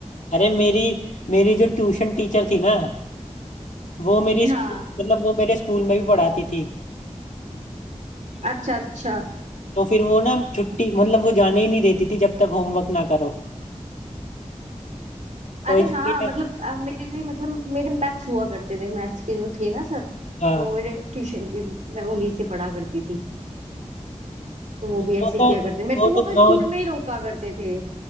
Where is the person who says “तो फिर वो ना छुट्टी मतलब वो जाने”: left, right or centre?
Left